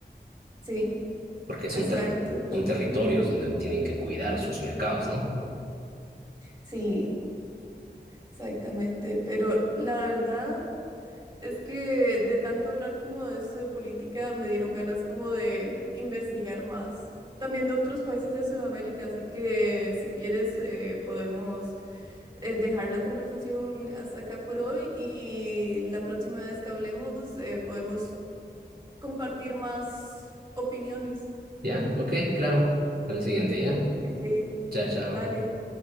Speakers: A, on the right; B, on the right.
A: sí,
B: porque
A: exacto,
B: son, terri- son territorios donde tienen que cuidar sus mercados, ¿no?
A: sí, exactamente, pero la verdad... Es que de tanto hablar como de esto de política me dieron ganas como de investigar más. También de otros países de Sudamérica, así que si quieres eh, podemos eh, dejar la conversación hasta acá por hoy y la próxima vez que hablemos eh, podemos compartir más opiniones.
B: ¿Ya? Ok, claro. A la siguiente, ¿ya?
A: Ok,
B: Chao, chao.
A: vale.